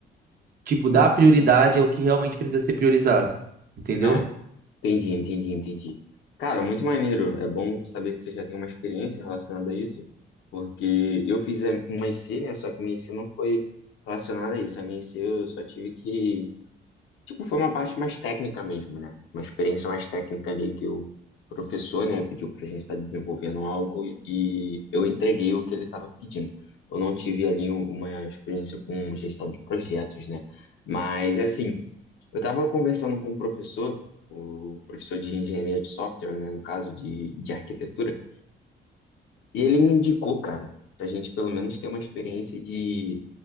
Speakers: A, on the right; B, on the left.
A: tipo, dar prioridade ao que realmente precisa ser priorizado, entendeu?
B: Ah, Entendi, entendi, entendi. Cara, muito maneiro. É bom saber que você já tem uma experiência relacionada a isso, porque eu fiz a minha IC, né? Só que minha IC não foi relacionada a isso. A minha IC eu só tive que. Tipo, foi uma parte mais técnica mesmo, né? Uma experiência mais técnica ali que o professor, né, pediu pra gente estar desenvolvendo algo e eu entreguei o que ele estava pedindo. Eu não tive ali uma experiência com gestão de projetos, né? Mas, assim. Eu estava conversando com o professor, o professor de engenharia de software, né, no caso de, de arquitetura, e ele me indicou, cara, para a gente pelo menos ter uma experiência de,